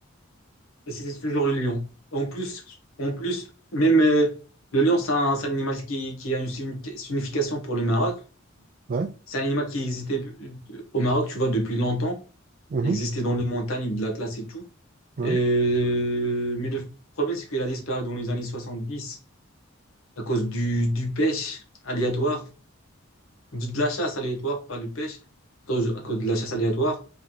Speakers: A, on the left; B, on the right.
A: Et c'était toujours le lion. En plus, en plus, même euh, le lion, c'est un, c'est un animal qui, qui a une signifi- signification pour le Maroc.
B: ouais.
A: C'est un animal qui existait euh, au Maroc, tu vois, depuis longtemps.
B: mhm,
A: Il existait dans les montagnes de l'Atlas et tout.
B: ouais.
A: Euh, Mais le problème, c'est qu'il a disparu dans les années 70. à cause du, du pêche aléatoire, du- de la chasse aléatoire, pas du pêche, à cause, à cause de la chasse aléatoire.